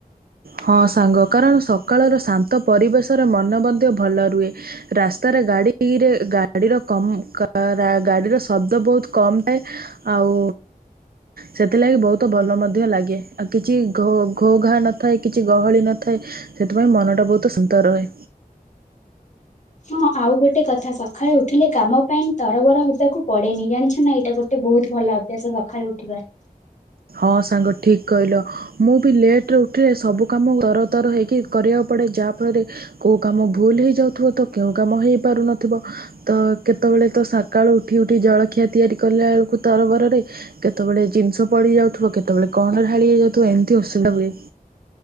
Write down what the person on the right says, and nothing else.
ହଁ ସାଙ୍ଗ କାରଣ ସକାଳର ଶାନ୍ତ ପରିବେଶରେ ମନ ମଧ୍ୟ ଭଲ ରୁହେ ରାସ୍ତାରେ ଗାଡ଼ିରେ ଗାଡ଼ିର କ ଗାଡ଼ିର ଶବ୍ଦ ବହୁତ କମ୍ ଥାଏ ଆଉ ସେଥିଲାଗି ବହୁତ ଭଲ ମଧ୍ୟ ଲାଗେ ଆଉ କିଛି ଘ ଘୋ ଘା ନ ଥାଏ କିଛି ଗହଳି ନଥାଏ ସେଥିପାଇଁ ମନଟା ବହୁତ ସୁନ୍ଦର ରୁହେ।
ହଁ ସାଙ୍ଗ ଠିକ୍ କହିଲ ମୁଁ ବି ଲେଟ୍ରରେ ଉଠିଲେ ସବୁ କାମ ତର ତର ହେଇକି କରିବାକୁ ପଡ଼େ ଯାହା ଫଳରେ କେଉଁ କାମ ଭୁଲ ହେଇଯାଉଥିବ ତ କେଉଁ କାମ ହେଇପାରୁନଥିବ ତ କେତେବେଳେ ତ ସକାଳୁ ଉଠି ଉଠି ଜଳଖିଆ ତିଆରି କଲା ବେଳକୁ ତରବରରେ କେତେବେଳେ ଜିନିଷ ପଡି ଯାଉଥିବ କେତେବେଳେ କଣ ଢାଳି ହେଇଯାଉଥିବ ଏମିତି ଅସୁବିଧା ହୁଏ।